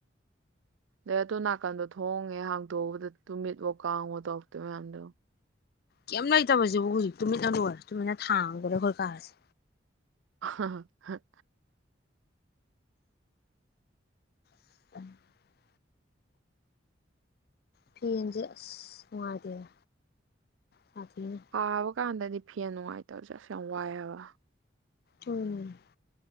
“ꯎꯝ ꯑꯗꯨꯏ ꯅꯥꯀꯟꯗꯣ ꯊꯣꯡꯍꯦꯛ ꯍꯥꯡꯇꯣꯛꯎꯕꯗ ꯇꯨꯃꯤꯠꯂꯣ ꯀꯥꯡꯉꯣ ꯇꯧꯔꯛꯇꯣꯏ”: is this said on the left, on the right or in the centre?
Right